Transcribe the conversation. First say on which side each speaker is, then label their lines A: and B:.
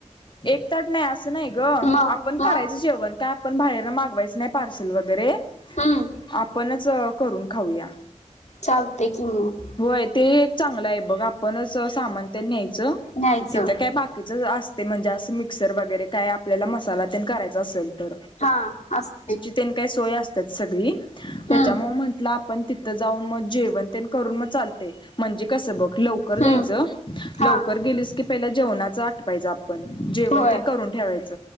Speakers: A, on the left; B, on the left.
A: एक तट नाही असं नाही ग
B: मग
A: आपण
B: मग
A: करायचं जेवण काय पण बाहेरन मागवायचं नाही पार्सल वगैरे
B: हम्म
A: आपणच करून खाऊया
B: चालते कि मग
A: होय ते एक चांगलं आहे बघ आपणच सामान तेन न्यायचं
B: न्यायचं
A: तिथं काय बाकीच असते म्हणजे असं मिक्सर वगैरे काय आपल्याला मसाला ते करायचा असेल तर
B: हां असते
A: त्येंनी काय सोय असत्यात सगळी त्याच्या
B: हम्म
A: मूळ म्हंटलं आपण तिथं जाऊन म जेवण तेन करून म चालतय म्हणजे कसं बघ लवकर जायचं
B: हम्म
A: लवकर
B: हा
A: गेलीस की पहिला जेवणाच आटपायचं आपण जेवण
B: होय
A: तेन करून ठेवायच